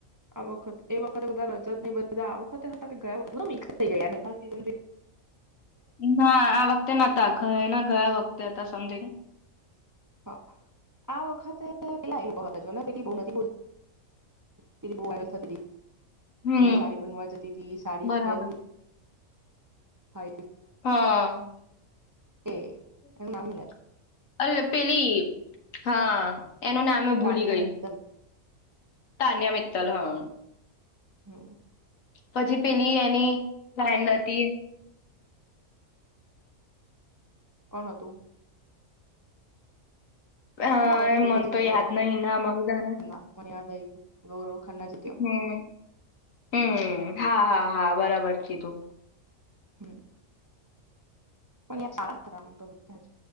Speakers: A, on the right; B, on the left.
A: આ વખત એ વખતે બધા રજત બધા આ વખતે હતા, કે ગયે વખ મિક્સ થઈ જાય યાર
B: ના આ વખતે નોતા ગયે ગયા વખતે હતા સમથિંગ.
A: હા, આ વખતે પેલા એ પેલી બો નથી બલ પે બોલતી વાયરલ થતી.
B: હમ્મ
A: બો સારી બનવા જતી હતી, સાડી
B: બરાબર
A: જ પહેરતી હા
B: હા.
A: એ
B: <unintelligible>
A: એનું નામ નહી યાદ
B: અલ પેલી, હા! એનું નામે ભૂલી
A: તાનિયા
B: ગય
A: મિત્તલ
B: તાનિયા મિતતલ, હા
A: હમ્મ.
B: પછી પેલી એની ક્લાઈન્ટ હતી
A: કોણ હતું?
B: અ
A: આ વખતે પેલો
B: મને
A: જીત્યો
B: તો યાદ
A: ગૌરવ
B: નહી ના મળધાને
A: ખન્ના મને યાદ આવી ગયું ગૌરવ ખન્ના જીત્યો
B: હમ્મ, હમ્મ, હા, હા, હા, બરાબર કીધું.
A: હમ્મ. <unintelligible> આમ તો બધા જ